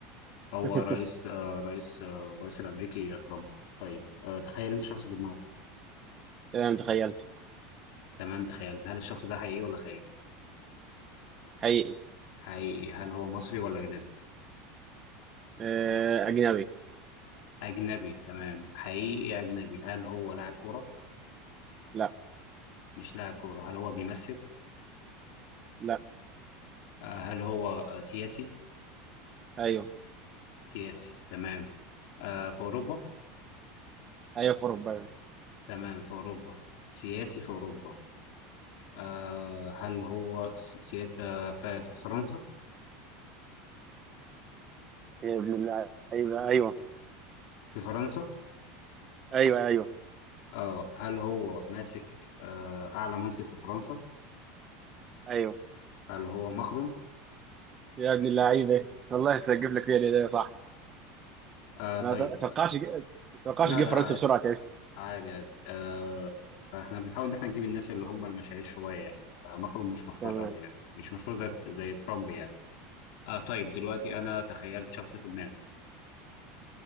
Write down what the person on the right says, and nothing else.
<laughs>
تمام تخيلت
حقيقي
آه، اجنبي
لا
لا
ايوه
ايوه في اوروبا أيوة.
يا ابن اللعيبة أيوه أيوه
أيوه أيوه
أيوه
يا ابن اللعيبه والله سجف لك فيها الهدايا صح
انا
ما توقعش ما توقعش
تجيب
فرنسا
بسرعه كده
تمام